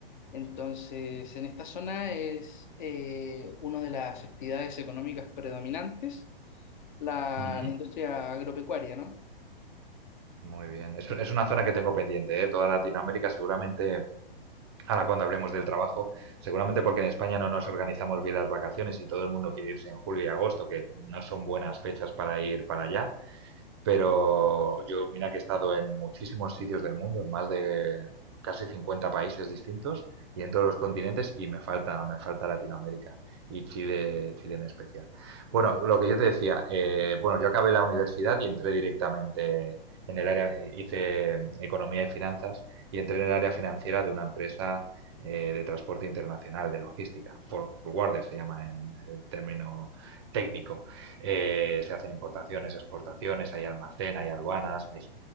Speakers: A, on the left; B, on the right.
A: Entonces, en esta zona es eh, una de las actividades económicas predominantes la,
B: Ujú,
A: la industria agropecuaria, ¿no?
B: Muy bien, es, es una zona que tengo pendiente, ¿eh? Toda Latinoamérica seguramente, ahora cuando hablemos del trabajo, seguramente porque en España no nos organizamos bien las vacaciones y todo el mundo quiere irse en julio y agosto, que no son buenas fechas para ir para allá. Pero yo, mira que he estado en muchísimos sitios del mundo, en más de casi 50 países distintos y en todos los continentes y me falta, me falta Latinoamérica y Chile, Chile en especial. Bueno, lo que yo te decía, eh, bueno, yo acabé la universidad y entré directamente en el área, eh, hice economía y finanzas y entré en el área financiera de una empresa eh, de transporte internacional, de logística, forwarder se llama en, en término técnico eh, se hacen importaciones, exportaciones, hay almacén, hay aduanas, hay